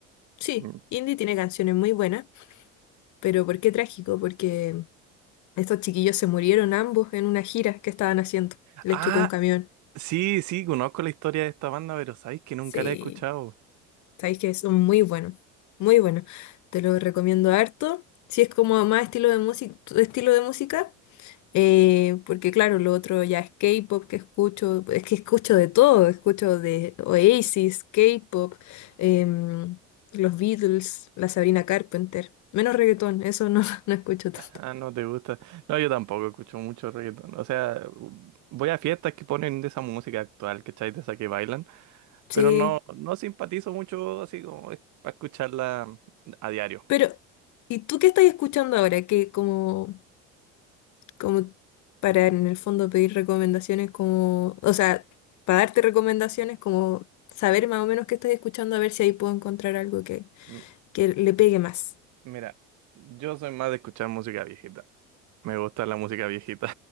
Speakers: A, on the left (about 60°); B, on the right (about 65°).
A: Sí,
B: Mm.
A: indie tiene canciones muy buenas, pero ¿por qué trágico? Porque estos chiquillos se murieron ambos en una gira que estaban haciendo, les
B: Ah,
A: chocó un camión.
B: sí, sí, conozco la historia de esta banda, pero sabéis que nunca
A: Sí,
B: la he escuchado.
A: sabéis que son muy buenos, muy buenos. Te lo recomiendo harto. Si es como más estilo de música, estilo de música, Eh, porque claro, lo otro ya es K-pop que escucho, es que escucho de todo, escucho de Oasis, K-pop, em, los Beatles, la Sabrina Carpenter, menos reggaetón, eso no, <laughs> no escucho tanto.
B: Ah, no te gusta. No, yo tampoco escucho mucho reggaetón. O sea, voy a fiestas que ponen de esa música actual, ¿cachai? De esa que bailan.
A: Sí,
B: Pero no, no simpatizo mucho así como para escucharla a diario.
A: pero ¿y tú qué estás escuchando ahora? Que como, como para en el fondo pedir recomendaciones como, o sea, para darte recomendaciones como saber más o menos qué estás escuchando a ver si ahí puedo encontrar algo que,
B: M-
A: que le pegue más.
B: mira, yo soy más de escuchar música viejita. Me gusta la música viejita.